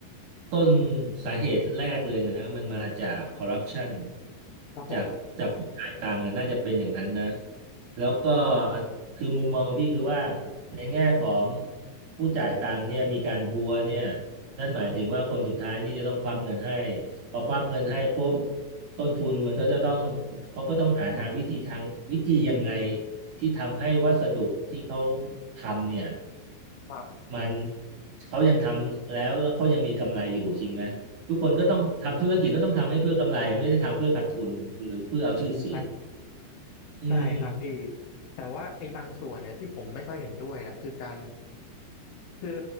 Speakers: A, on the right; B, on the left.
A: ต้นสาเหตุแรกเลยนะมันมาจากคอร์รัปชัน
B: ครับผม
A: จากจากผู้จ่ายตังค์นะน่าจะเป็นอย่างนั้นนะแล้วก็คือมุมมองพี่คือว่าในแง่ของผู้จ่ายตังค์เนี่ยมีการหัวเนี่ยนั่นหมายถึงว่าคนสุดท้ายนี่จะต้องควักเงินให้พอควักเงินให้ปุ๊บต้นทุนมันก็จะต้องเขาก็ต้องหาทางวิธีทางวิธียังไง ที่ทำให้วัสดุที่เขาทำเนี่ย
B: ครับ
A: มันเขายังทำแล้วแล้วเขายังมีกำไรอยู่จริงไหมทุกคนก็ต้องทำธุรกิจก็ต้องทำให้เพื่อกำไรไม่ได้ทำเพื่อขาดทุนหรือเพื่อเอาชื่อเสียง
B: จริงครับ
A: อืม
B: ใช่ครับพี่แต่ว่าไอ้บางส่วนเนี่ยที่ผมไม่ค่อยเห็นด้วยอ่ะคือการคือ